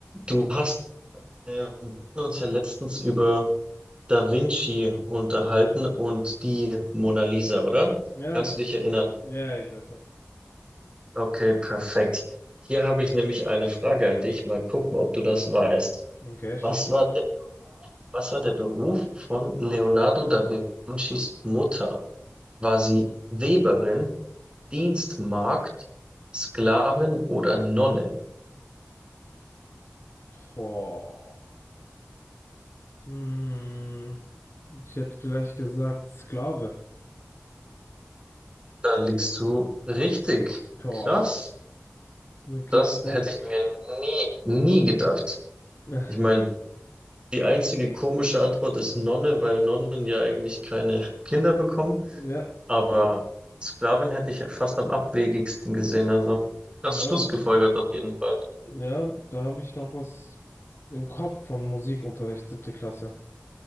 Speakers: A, on the right (about 20°); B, on the left (about 60°).
A: Du hast äh, wir haben uns ja letztens über Da Vinci unterhalten und die Mona Lisa, oder?
B: Ja,
A: Kannst
B: klar.
A: du dich erinnern?
B: Ja, ich weiß noch.
A: Okay, perfekt. Hier habe ich nämlich eine Frage an dich. Mal gucken, ob du das weißt.
B: Okay, schieß
A: Was
B: los.
A: war der, was war der Beruf von Leonardo da Vincis Mutter? War sie Weberin, Dienstmagd, Sklavin oder Nonne?
B: Boah. Hm, ich hätte vielleicht gesagt Sklave.
A: Da liegst du richtig.
B: Boah.
A: Krass.
B: Okay,
A: Das
B: ich sag.
A: hätte ich mir nie, nie gedacht.
B: Äh,
A: Ich meine, die einzige komische Antwort ist Nonne, weil Nonnen ja eigentlich keine Kinder bekommen.
B: Ja,
A: Aber Sklavin hätte ich ja fast am abwegigsten gesehen. Also krass
B: ja,
A: schlussgefolgert auf jeden Fall. <laughs>
B: ja, da habe ich noch was im Kopf von Musikunterricht, siebte Klasse.